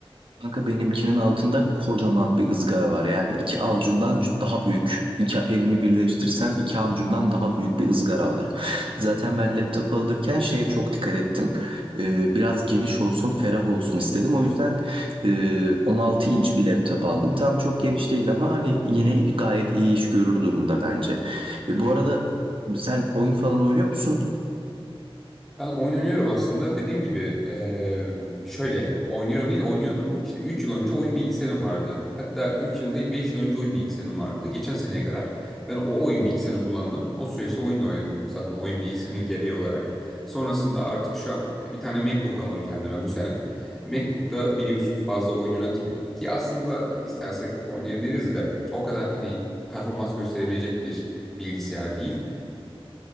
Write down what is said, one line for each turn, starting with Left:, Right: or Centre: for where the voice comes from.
Right: Kanka benimkinin altında kocaman bir ızgara var. Yani iki avucumdan daha büyük. İki elimi birleştirsem iki avucumdan daha büyük bir ızgara var. Zaten ben laptopu alırken şeye çok dikkat ettim. Ee, biraz geniş olsun, ferah olsun istedim. O yüzden e, 16 inç bir laptop aldım. Tam çok geniş değil ama hani yine gayet iyi iş görür durumda bence. E, bu arada sen oyun falan oynuyor musun?
Centre: Ben oynanıyorum aslında. Dediğim gibi eee, şöyle oynuyorum değil oynuyordum. İşte 3 yıl önce oyun bilgisayarım vardı. Hatta 3 yıl değil 5 yıl önce oyun bilgisayarım vardı. Geçen seneye kadar ben o oyun bilgisayarını kullandım. O süreçte oyun da oynadım. Zaten oyun <laughs> bilgisayarının gereği olarak. Sonrasında artık şu an bir tane MacBook aldım kendime bu sene. MacBook'ta biliyorsun fazla oyun oynatmıyor. Ki aslında istersek oynayabiliriz de o kadar hani performans gösterebilecek bir bilgisayar değil.